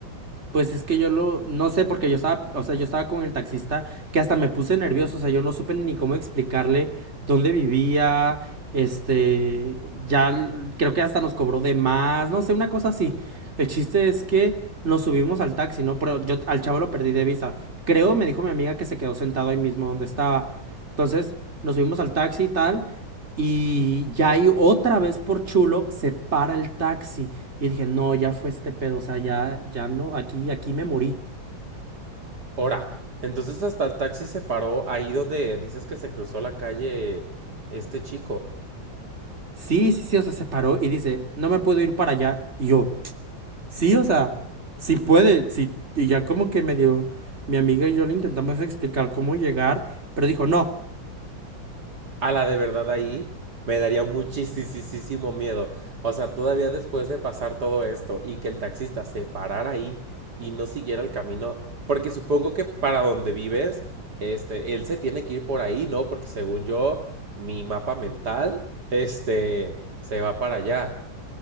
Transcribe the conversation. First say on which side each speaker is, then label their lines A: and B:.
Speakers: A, on the right; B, on the right.
A: Pues es que yo lo, no sé, porque yo estaba, o sea, yo estaba con el taxista que hasta me puse nervioso, o sea, yo no supe ni cómo explicarle dónde vivía, este, ya l- creo que hasta nos cobró de más, no sé, una cosa así. El chiste es que nos subimos al taxi, ¿no? Pero yo al chavo lo perdí de vista. Creo, me dijo mi amiga que se quedó sentado ahí mismo donde estaba. Entonces, nos subimos al taxi y tal, y ya ahí otra vez por chulo se para el taxi. Y dije, no, ya fue este pedo, o sea, ya, ya no, aquí, aquí me morí.
B: Ahora, entonces hasta el taxi se paró ahí donde dices que se cruzó la calle este chico.
A: Sí, sí, sí, o sea, se paró y dice, no me puedo ir para allá. Y yo, sí, o sea, sí puede, sí. Y ya como que me dio, mi amiga y yo le intentamos explicar cómo llegar, pero dijo, no,
B: a la de verdad ahí me daría muchísimo miedo. O sea, todavía después de pasar todo esto y que el taxista se parara ahí y no siguiera el camino, porque supongo que para donde vives, este, él se tiene que ir por ahí, ¿no? Porque según yo, mi mapa mental, <laughs> este, se va para allá.